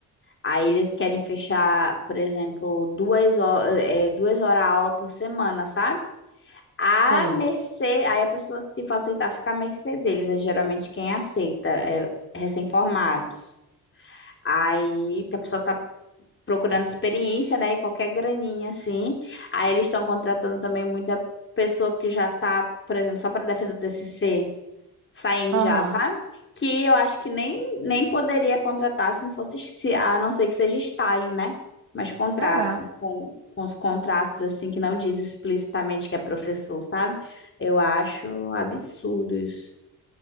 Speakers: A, on the left; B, on the right.
A: Aí eles querem fechar, por exemplo, duas, ho- é, duas horas aula por semana, sabe? A
B: Tem.
A: mercê, aí a pessoa, se for aceitar, fica à mercê deles. É geralmente quem aceita, é recém-formados. Aí que a pessoa tá procurando experiência, né? E qualquer graninha assim. Aí eles estão contratando também muita pessoa que já tá, por exemplo, só para defender o TCC, saindo
B: Aham.
A: já, sabe? Que eu acho que nem, nem poderia contratar se não fosse, se- a não ser que seja estágio, né? Mas contrato,
B: É,
A: com, com os contratos assim que não diz explicitamente que é professor, sabe? Eu acho absurdo isso.